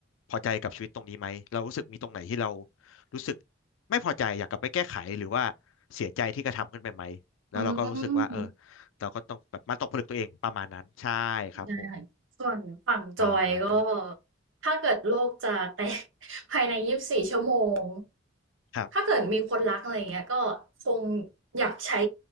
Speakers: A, on the left (about 80°); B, on the right (about 75°).
A: พอใจกับชีวิตตรงนี้ไหมเรารู้สึกมีตรงไหนที่เรารู้สึกไม่พอใจอยากกลับไปแก้ไขหรือว่าเสียใจที่กระทำขึ้นไปไหมแล้วเราก็รู้สึกว่าเออ
B: อืม
A: เราก็ต้องแบบมันตกผลึกตัวเองประมาณนั้นใช่ครับผม
B: ได้ค่ะส่วนฝั่งจอยก็
A: ประมาณนี้
B: ถ้าเกิดโลกจะแตก <laughs> ภายในยี่สิบสี่ชั่วโมง
A: ครับ
B: ถ้าเกิดมีคนรักอะไรเงี้ยก็คงอยากใช้